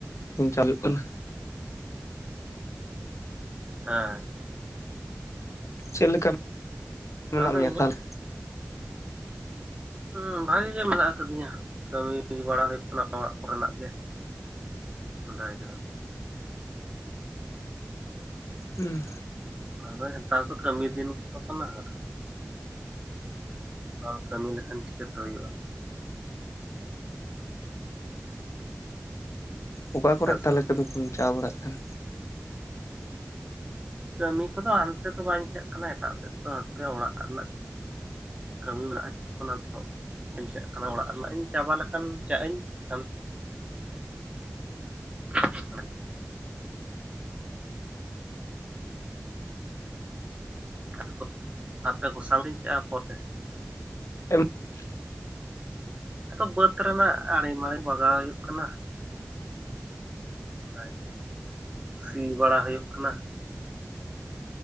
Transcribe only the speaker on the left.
ᱵᱟᱧ ᱪᱟᱞᱟᱜ ᱦᱩᱭᱩᱜ ᱠᱟᱱᱟ᱾
ᱪᱮᱫ ᱞᱮᱠᱟ ᱢᱮᱱᱟᱜ
ᱢᱮᱭᱟ
ᱛᱟᱦᱚᱞᱮ
ᱦᱩᱸ᱾
ᱚ ᱚᱠᱟ ᱠᱚᱨᱮᱜ
ᱛᱟᱞᱦᱮ
ᱠᱟᱹᱢᱤ ᱠᱚ ᱵᱤᱱ ᱪᱟ ᱵᱟᱲᱟᱜ ᱠᱟᱱ?
<unintelligible>